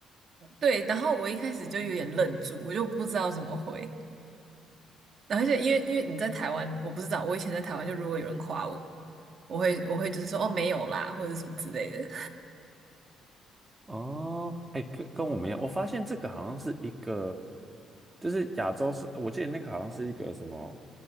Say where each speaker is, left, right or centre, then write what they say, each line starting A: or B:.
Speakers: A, on the right; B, on the right.
A: <laughs> 对，然后我一开始就有点愣住，我就不知道怎么回，而且因为因为你在台湾，我不知道，我以前在台湾就如果有人夸我，我会我会就是说哦没有啦或者什么之类的，
B: 哦，哎，跟跟我们一样，我发现这个好像是一个，就是亚洲是，我记得那个好像是一个什么，